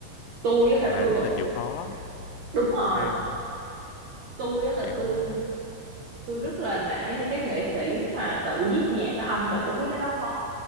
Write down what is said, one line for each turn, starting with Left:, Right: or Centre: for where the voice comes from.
Right: tôi á là
Left: mà
Right: tôi
Left: rất
Right: vẫn
Left: là chịu khó
Right: đúng rồi
Left: ha.
Right: tôi á là
Left: Kiểu,
Right: tôi tôi rất là nể những cái nghệ sĩ mà tự viết nhạc đó ông tại tôi thấy cái đó khó